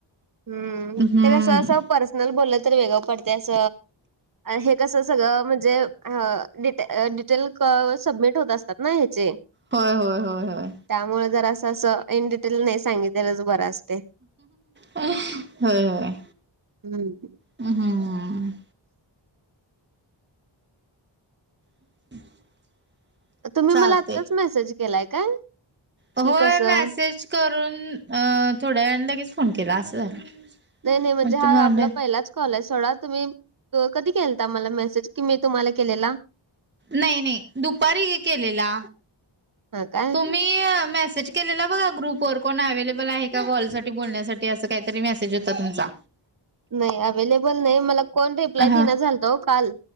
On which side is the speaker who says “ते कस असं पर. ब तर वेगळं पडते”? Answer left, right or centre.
Right